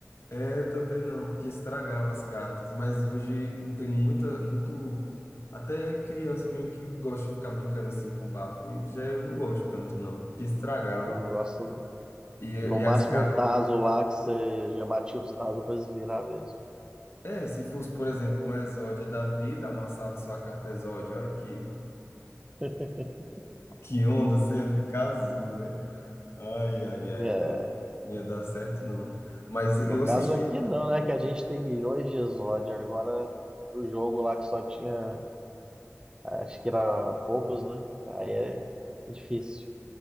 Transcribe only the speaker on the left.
é, eu também não, porque estragava as cartas. Mas hoje tem muita, muito. Até criança mesmo que gosta de ficar brincando assim com bafo. E já eu não gosto tanto, não, porque estragava.
E,
e
as cartas.
É, se fosse, por exemplo, um exódio da vida, amassava sua carta exódio, olha que,
que onda, você ia ficar azul, né? Ai, ai, ai,
ai, não ia dar certo, não. Mas eu
assistia,